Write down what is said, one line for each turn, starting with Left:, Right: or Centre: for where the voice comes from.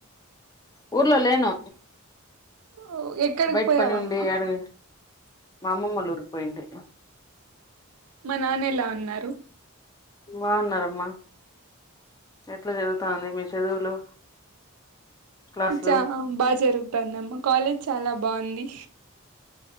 Left: ఊర్లో లేను
Right: ఓ, ఎక్కడికి
Left: బయట
Right: పోయావమ్మా
Left: పని ఉండి అడువేంటి. మా అమ్మమ్మలూరుకి పోయింటి
Right: మా నాన్న ఎలా ఉన్నారు
Left: బాగున్నారమ్మా ఎట్లా జరుగుతంది మీ చదువులు క్లాసులు
Right: అచ్చా బజారు చెప్పన్నామ్మా కాలేజ్ చాలా బాగుంది